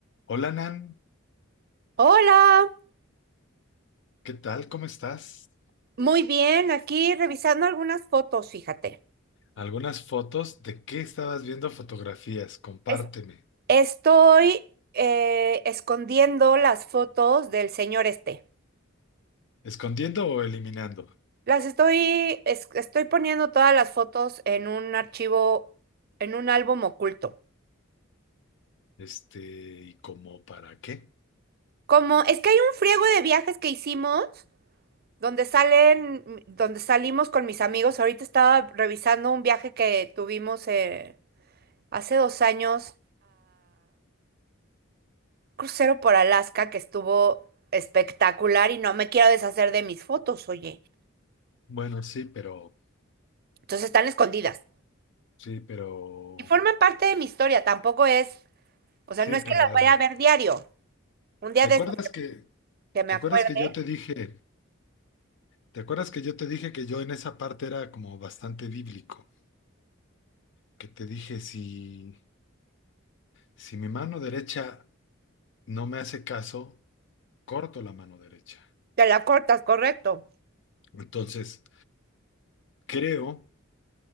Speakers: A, on the left; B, on the right.
A: Hola Nan,
B: Hola,
A: ¿qué tal? ¿Cómo estás?
B: muy bien, aquí revisando algunas fotos, fíjate.
A: Algunas fotos de qué estabas viendo fotografías, compárteme.
B: Es- Estoy eh, escondiendo las fotos del señor este.
A: ¿Escondiendo o eliminando?
B: Las estoy, es- estoy poniendo todas las fotos en un archivo, en un álbum oculto.
A: Este, ¿y cómo para qué?
B: Como es que hay un friego de viajes que hicimos donde salen, mm, donde salimos con mis amigos. Ahorita estaba revisando un viaje que tuvimos eh, hace dos años crucero por Alaska que estuvo espectacular y no me quiero deshacer de mis fotos, oye.
A: Bueno, sí, pero,
B: Entonces están escondidas.
A: sí, pero,
B: Y forman parte de mi historia, tampoco es, o sea,
A: sí,
B: no es
A: pero
B: que las
A: a
B: vaya
A: ver.
B: a ver diario. Un día
A: ¿Te
B: de
A: acuerdas
B: estos
A: que,
B: que me
A: te
B: acuerde,
A: acuerdas que yo te dije, te acuerdas que yo te dije que yo en esa parte era como bastante bíblico? Que te dije, si, si mi mano derecha no me hace caso, corto la mano derecha.
B: te la cortas, correcto.
A: Entonces, creo